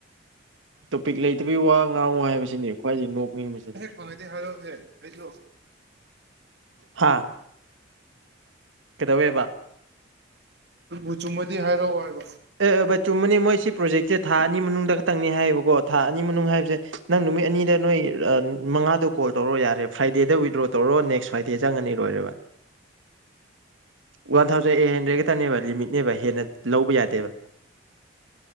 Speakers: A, on the right; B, on the right.
A: ꯇꯣꯄꯤꯛ ꯂꯩꯇꯕꯤꯒꯤ ꯋꯥ ꯉꯥꯡꯉꯨ ꯍꯥꯏꯕꯁꯤꯅꯤ ꯈ꯭ꯋꯥꯏꯗꯒꯤ ꯅꯣꯛꯅꯤꯡꯕꯁꯤꯅꯤ
B: ꯐꯪꯉꯗꯤ ꯍꯥꯏꯔꯣꯁꯦ ꯍꯥꯏꯗꯣ
A: ꯍꯥ ꯀꯩꯗꯧꯋꯦꯕ
B: ꯨ ꯆꯨꯝꯃꯗꯤ ꯍꯥꯏꯔꯛꯑꯣ ꯍꯥꯏꯏꯕꯣ
A: ꯑꯦꯕ ꯆꯨꯝꯃꯅꯤ ꯃꯣꯏ ꯁꯤ ꯄ꯭ꯔꯣꯖꯦꯛ ꯁꯦ ꯊꯥ ꯑꯅꯤ ꯃꯅꯨꯡꯗ ꯈꯛꯇꯪꯅꯤ ꯍꯥꯏꯌꯦꯕꯀꯣ ꯊꯥ ꯑꯅꯤ ꯃꯅꯨꯡ ꯍꯥꯏꯕꯁꯦ ꯅꯪ ꯅꯨꯃꯤꯠ ꯑꯅꯤꯗ ꯅꯣꯏ ꯃꯉꯥꯗ ꯀꯣꯜ ꯇꯧꯔꯣ ꯌꯥꯔꯦ꯭ꯔꯗ ꯋꯤꯗ꯭ꯔꯣ ꯇꯧꯔꯣ ꯅꯦꯛꯁ ꯐ꯭ꯔꯥꯏꯗꯪꯉꯅꯤꯔꯣꯏꯔꯕ ꯋꯥꯟ ꯊꯥꯎꯖꯟ ꯑꯩꯠ ꯍꯟꯗ꯭ꯔꯦꯗ ꯈꯛꯇꯅꯦꯕ ꯂꯤꯃꯤꯠꯅꯦꯕ ꯍꯦꯟꯅ ꯂꯧꯕ ꯌꯥꯗꯦꯕ